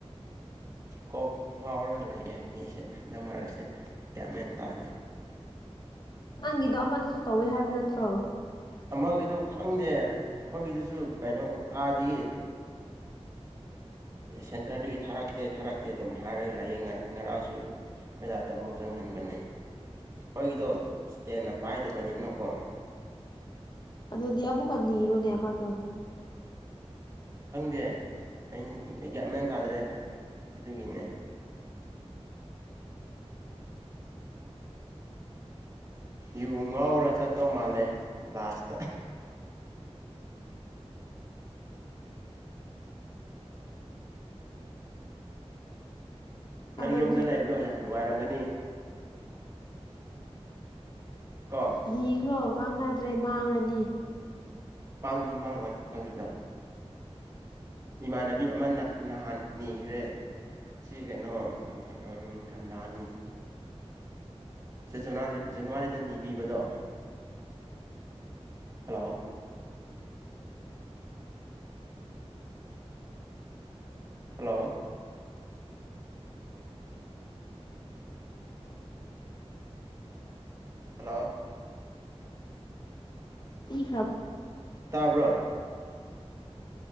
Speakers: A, on the right; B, on the left.
A: ꯀꯣꯛ ꯉꯥꯎꯔꯒ ꯂꯩꯌꯦ ꯑꯩꯁꯦ ꯍꯟꯗꯛ ꯃꯔꯛꯁꯦ ꯒꯌ꯭ꯥꯟ ꯃꯦꯟ ꯇꯥꯗꯦ
B: ꯅꯪꯒꯤꯗꯣ ꯑꯃꯗꯁꯨ ꯇꯧꯋꯦ ꯍꯥꯏꯕ ꯅꯠꯇ꯭ꯔꯣ
A: ꯑꯃꯒꯤꯗꯣ ꯈꯪꯗꯦ ꯑꯩꯈꯣꯏꯒꯤꯗꯨꯁꯨ ꯀꯩꯅꯣ ꯑꯥꯗꯒꯤ ꯁꯦꯟꯇꯔꯗꯒꯤ ꯊꯥꯔꯛꯇꯦ ꯊꯥꯔꯛꯇꯦ ꯑꯗꯨꯝ ꯍꯥꯏꯔꯒ ꯂꯩꯌꯦ ꯉꯔꯥꯡꯁꯨ ꯈꯣꯏ ꯗꯥꯗꯥ ꯑꯃꯨꯛ ꯆꯪꯍꯟꯕꯅꯦ ꯃꯣꯏꯒꯤꯗꯣ ꯏꯁꯇꯦꯟꯅ ꯄꯥꯏꯗꯕꯅꯤꯅꯀꯣ
B: ꯑꯗꯨꯗꯤ ꯑꯃꯨꯛ ꯅꯤꯔꯣꯅꯦ ꯑꯃꯥꯗꯣ
A: ꯈꯪꯗꯦ ꯑꯩ ꯒꯌ꯭ꯥꯟꯃꯦꯟ ꯇꯥꯗ꯭ꯔꯦ ꯑꯗꯨꯒꯤꯅꯦ ꯌꯨ ꯉꯥꯎꯔ ꯆꯠꯇꯧ ꯃꯥꯜꯂꯦ ꯂꯥꯁꯇ <unintelligible>
B: ꯀꯥꯟꯅꯗ꯭ꯔꯦ
A: ꯅꯪ ꯌꯨꯝꯗ ꯂꯩꯕꯗꯣ ꯌꯥꯝ ꯅꯨꯡꯉꯥꯏꯔꯝꯒꯅꯤ ꯀꯣ
B: ꯅꯤꯈ꯭ꯔꯣ ꯀꯥꯟꯅꯗ꯭ꯔꯦ ꯃꯥꯡꯉꯅꯤ
A: ꯃꯥꯡꯗꯤ ꯃꯥꯡꯉꯣꯏ ꯑꯗꯨꯏꯗꯣ ꯏꯃꯥꯟꯅꯕꯤ ꯑꯃꯥꯅ ꯅꯍꯥꯟ ꯅꯤꯈ꯭ꯔꯦ ꯁꯤ ꯀꯩꯅꯣ ꯑꯥ ꯅꯤꯡꯊꯝꯇꯅꯤ ꯁꯤ ꯖꯟꯅꯋꯥꯔꯤ ꯖꯟꯅꯋꯥꯔꯤꯗ ꯅꯤ ꯅꯤꯕꯗꯣ ꯍꯜꯂꯣ ꯍꯜꯂꯣ ꯍꯜꯂꯣ
B: <unintelligible>
A: ꯇꯥꯕ꯭ꯔꯣ